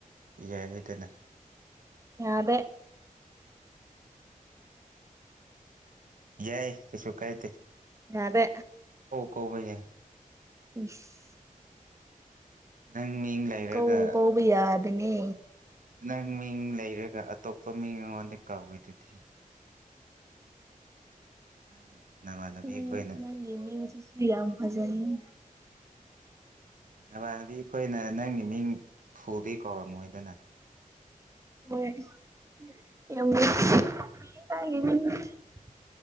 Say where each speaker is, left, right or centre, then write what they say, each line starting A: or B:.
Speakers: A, on the right (about 65°); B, on the right (about 20°).
A: ꯌꯥꯏ ꯍꯥꯏꯗꯅ
B: ꯌꯥꯗꯦ
A: ꯌꯥꯏ ꯀꯩꯁꯨ ꯀꯥꯏ ꯗꯦ
B: ꯌꯥꯗꯦ
A: ꯀꯧꯕ‌ ꯌꯥꯏ
B: ꯏꯁ
A: ꯅꯪ ꯃꯤꯡ ꯂꯩꯔꯒ
B: ꯀꯧ ꯀꯧꯕ ꯌꯥꯗꯦꯅꯦ
A: ꯅꯪ ꯃꯤꯡ ꯂꯩꯔꯒ ꯑꯇꯣꯞꯄ ꯃꯤꯡ ꯑꯩꯉꯣꯟꯗ ꯀꯧꯏ ꯑꯗꯨꯗꯤ <unintelligible>
B: ꯎꯝ
A: ꯑꯩꯈꯣꯏꯅ
B: ꯅꯪꯒꯤ ꯃꯤꯡ ꯁꯤꯁꯨ ꯌꯥꯝ ꯐꯖꯩꯌꯦ
A: ꯎꯝ ꯅꯕꯥꯅꯕꯤ ꯑꯩꯈꯣꯏꯅ ꯅꯪꯒꯤ ꯃꯤꯡ ꯐꯨꯗꯤ ꯀꯧꯔꯝꯃꯣꯏꯗꯅ
B: <unintelligible>